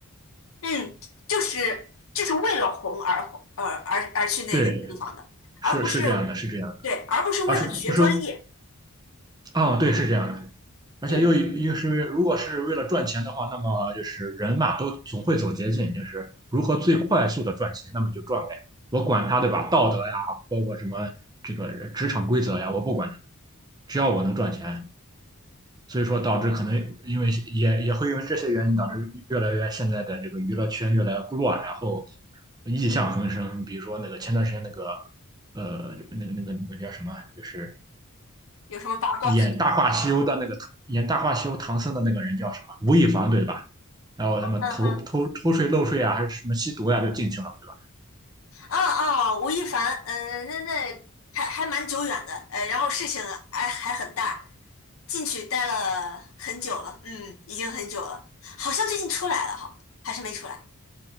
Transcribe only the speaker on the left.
嗯，就是就是为了红而红，而而而去那个地方的，
而不是
对，而不是为了学专业。
嗯，
有什么八卦？
<laughs> 嗯哼。
哦哦，吴亦凡，嗯、那那还还蛮久远的，呃，然后事情啊还还很大，进去待了很久了，嗯，已经很久了，好像最近出来了哈，还是没出来？